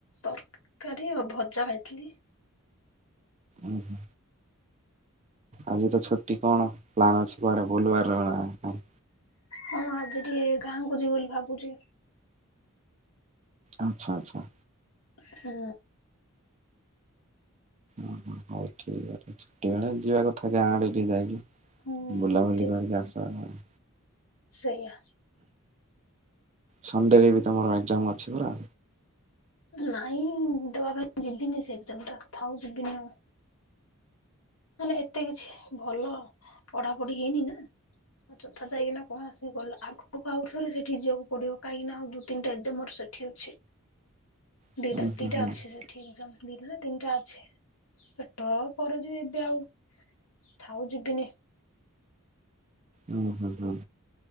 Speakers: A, on the left; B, on the right.
A: ତରକାରୀ ଆଉ ଭଜା ଖାଇଥିଲି।
B: ଉଁ ହୁଁ। ଆଜିତ ଛୁଟି କଣ ପ୍ଲାନ ଅଛି କୁଆଡ଼େ ବୁଲିବାରନା ନାଇଁ।
A: ହଁ ଆଜି ଟିକେ ଗାଁକୁ ଯିବି ବୋଲି ଭାବୁଚି।
B: ଆଚ୍ଛା ଆଚ୍ଛା।
A: ହୁଁ।
B: ଓହୋ ହଉ ଠିକ୍ ଅଛି ଛୁଟି ବେଳେ ଯିବା କଥା ଗାଁ ଆଡ଼େ ଟିକେ ଯାଇକି
A: ହୁଁ
B: ବୁଲାବୁଲି
A: ହୁଁ ଠିକ୍।
B: କରିିକି ଆସ <unintelligible>
A: ସେଇଆ।
B: ସନଣ୍ଡେରେବି ତମର ଏଗ୍ଜାମ୍ ଅଛି ପରା?
A: ନାଇଁ ଦେବା ପାଇଁ ଯିବିନି ସେ ଏଗ୍ଜାମଟା ଥାଉ ଯିବିନି ଆଉ। ମାନେ ଏତେ କିଛି ଭଲ ପଢ଼ାପଢ଼ି ହେଇନିନା ଯଥା ଯାଇକିନା କଣ ଆସିକି ଗଲା ଆଗକୁ ଆଉ ଥରେ ସେଠିକି ଯିବାକୁ ପଡ଼ିବ କାହିଁକିନା ଆଉ ଦୁଇ ତିନିଟା ଏଗ୍ଜାମ୍ ମୋର ସେ ସେଠି ଅଛି।
B: ହୁଁ
A: ଦିଟା
B: ହୁଁ
A: ଦିଟା
B: ହୁଁ
A: ଅଛି ସେଠି ଏଗ୍ଜାମ୍ ଦିଟାନା ତିନିଟା ଅଛି ଟପରେ ଯେ ଆଉ ଥାଉ ଯିବିନି।
B: ହୁଁ ହୁଁ ହୁଁ।